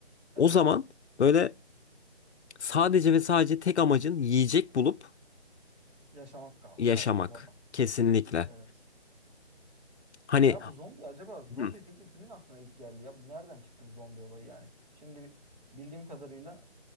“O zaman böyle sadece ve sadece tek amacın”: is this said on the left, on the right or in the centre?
Left